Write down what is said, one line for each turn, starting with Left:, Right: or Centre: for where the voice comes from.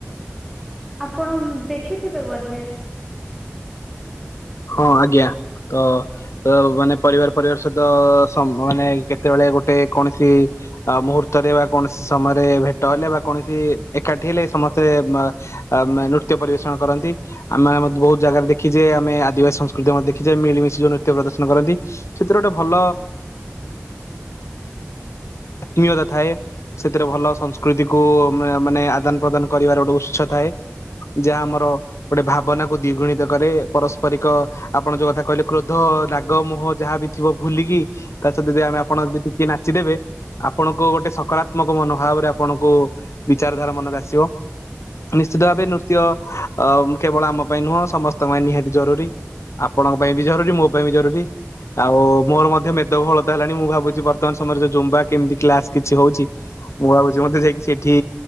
Centre: ଆପଣ ଦେଖିଥିବେ ବୋଧେ?
Left: ହଁ ଆଜ୍ଞା ତ ତ ମାନେ ପରିବାର ପରିବାର ସହିତ ସ ମାନେ କେତେବେଳେ ଗୋଟେ କୌଣସି ଆ ମୁହୂର୍ତ୍ତରେ ବା କୌଣସି ସମୟରେ ଭେଟ ହେଲେ ବା କୌଣସି ଏକାଠି ହେଲେ ସମସ୍ତେ ବା ଆ ମ ନୃତ୍ୟ ପରିବେଷଣ କରନ୍ତି ଆମେ ବହୁତ ଜାଗାରେ ଦେଖିଛେ। ଆମେ ଦିବା ସଂସ୍କୃତି ଦେଖିଚେ ମିଳିମଶି ଯଉ ନୃତ୍ୟ ପ୍ରଦର୍ଶନ କରନ୍ତି। ସେଥିରେ ଗୋଟେ ଭଲ ଆତ୍ମୀୟତା ଥାଏ। ସେଥିରେ ଭଲ ସଂସ୍କୃତି କୁ ମା ମାନେ ଆଦାନ ପ୍ରଦାନ କରିବାର ଗୋଟେ ଉତ୍ସ ଥାଏ। ଯାହା ଆମର ଗୋଟେ ଭାବନା କୁ ଦ୍ୱିଗୁଣିତ କରେ। ପରସ୍ କିପରିକ ଆପଣ ଯୋଉ କଥା କହିଲେ କ୍ରୋଧ, ରାଗ, ମୁହ, ଯାହାବ ଥିବ ଭୁଲିକି ତା ସହିତ ଯଦି ଆମେ ଆପଣ ଯଦି ଟିକେ ନାଚିଦେବେ ଆପଣଙ୍କୁ ଗୋଟେ ସକାରାତ୍ମକ ମନୋଭାବରେ ଆପଣଙ୍କୁ ବିଚାରଧାରା ମନରେ ଆସିବ। ନିଶ୍ଚିତ ଭାବେ ନୃତ୍ୟ ଅ କେବଳ ଆମ ପାଇଁ ନୁହଁ ସମସ୍ତଙ୍କ ପାଇଁ ନିହାତି ଜରୁରି ଆପଣଙ୍କ ପାଇଁ ବି ଜରୁରୀ ମୋ ପାଇଁ ବି ଜରୁରୀ ଆଉ ମୋର ମଧ୍ୟ ମେଦବହଳ ହେଲାଣି ମୁଁ ଭାବୁଛି ବର୍ତ୍ତମାନ ସମୟରେ ଯଉ ଜୁମ୍ବା କେମିତି କ୍ଲାସ କିଛି ହଉଛି? ମୁଁ ଭାବୁଛି ମତେ ଯାଇକି ସେଇଠି